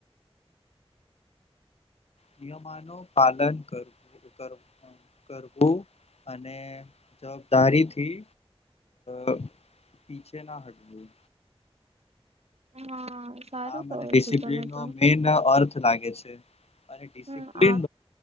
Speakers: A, on the left (about 80°); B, on the right (about 85°).
A: નિયમોનું પાલન કરવું. કરવું અને જવાબદારી થી. અ પીછે ના હટવું
B: હા. સારું
A: હા મને
B: કહો
A: ડિસિપ્લન
B: છો તમે
A: નો
B: તો
A: મેન અર્થ લાગે છે. અને ડિસિપ્લન
B: હમ આ